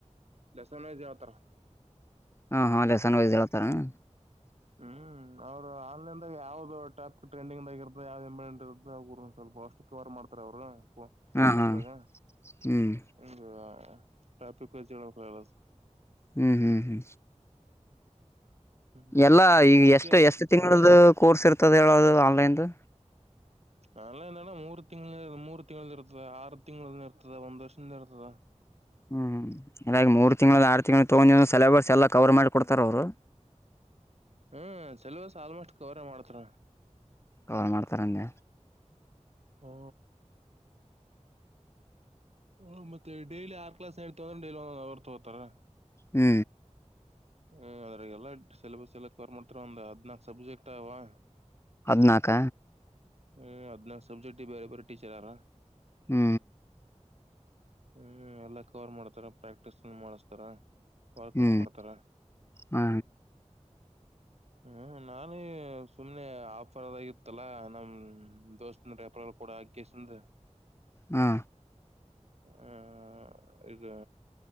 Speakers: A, on the right; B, on the left.
A: ಲೆಸೆನ್ ವೈಜ್ ಹೇಳತಾರ್
B: ಹಾ ಹಾ ಲೇಸನ್ ವೈಜ್ ಹೇಳ್ತಾರನ.
A: ಹು ಅವ್ರು ಆನ್ಲೈನ್ದಾಗ ಯಾವ್ದ ಟಾಪ್ ಟ್ರೆಂಡಿಂಗ್ಗಿರುತ್ತ ಯಾವ್ದ ಇಂಡಟ್ ಇರುತ್ತ ಅವ ಸ್ವಲ್ಪ ವಔಷ್ಟಕ್ಕೆ ವಾರರ್ ಮಾಡ್ತಾರ ಅವರು.
B: ಹಾ
A: ಯೌಟ್ಯೂಬ್
B: ಹಾ
A: ದಾಗ
B: ಹ್ಮ್
A: ಹು ಆಯ್ತು ಟಾಪಿಕ್ ವೈಜ ಹೇಳಬೇಕಲ್ಲ ಕ್ಲಾಸ್
B: ಹು ಹು ಹು
A: ಹ್ಮ್
B: ಎಲ್ಲಾ ಈಗ
A: ಅದಕ್ಕೆ
B: ಎಷ್ಟು ಎಷ್ಟು ತಿಂಗಳ್ದ ಕೋರ್ಸ್ ಇರ್ತದೆ ಹೇಳೋದು ಆನ್ಲೈನ್ದು.
A: ಆನ್ಲೈನ್ಣ ಮೂರು ತಿಂಗಳ ಮೂರು ತಿಂಗಳ ಇರ್ತದೆ ಆರು ತಿಂಗಳನ ಇರ್ತದೆ ಒಂದ್ ವರ್ಷಿಂದ ಇರ್ತದೆ.
B: ಹು ಹಾಗದಾಗಿ ಮೂರು ತಿಂಗಳ ಆರು ತಿಂಗಳು ತಗೊಂಡ ಸೆಲೇಬಸ್ ಎಲ್ಲಾ ಕವರ್ ಮಾಡಿ ಕೊಡ್ತಾರ ಅವ್ರು
A: ಹು ಸೆಲೆಬಸ್ ಆಲ್ಮೋಸ್ಟ್ ಕವರ್ ಮಾಡತ್ರ
B: ಕವರ್ ಮಾಡ್ತಾರಂದ.
A: ಓ ಹ ಮತ್ತೆ ಡೈಲಿ ಆರ್ ಕ್ಲಾಸ್ ಹೇಳ್ತ ಅಂದ್ರೆ ಡೈಲಿ ಒಂದ ಅವರ್ ತಗೋತಾರ.
B: ಹು
A: ಹ ಅದ್ರಾಗ ಎಲ್ಲ ಸಿಲೆಬಸ್ ಎಲ್ಲ ಕವರ್ ಮಾಡ್ತಾರೆ ಒಂದ್ ಹದ್ನಾಕ್ ಸಬ್ಜೆಕ್ಟ್ ಅವಾ.
B: ದ್ನಾಕ
A: ಹು ಹಾದ್ನಕ್ ಸಬ್ಜೆಕ್ಟ್ ಗೆ ಬೇರೆ ಬೇರೆ ಟೀಚರ್ ಅದರ.
B: ಹು
A: ಹು ಎಲ್ಲಾ ಕವರ್ ಮಾಡ್ತಾರ ಪ್ರಾಕ್ಟೀಸ್ ಮಾಡಸ್ತಾರ. ವಾಕಾಮನ್
B: ಹ್ಮ್
A: ಕೊಡ್ತಾರ.
B: ಹ
A: ಹ್ಮ ನಾನೇ ಸುಮ್ನೆ ಆಫರ್ ಅದಾಗಿತ್ತಲ್ಲಾ ನಮ್ ದೋಸ್ತನ್ ರೆಪ್ರಲ್ ಕೂಡ ಅಕ್ಕಿಸಿಂದು
B: ಹಾ
A: ಆ ಇದ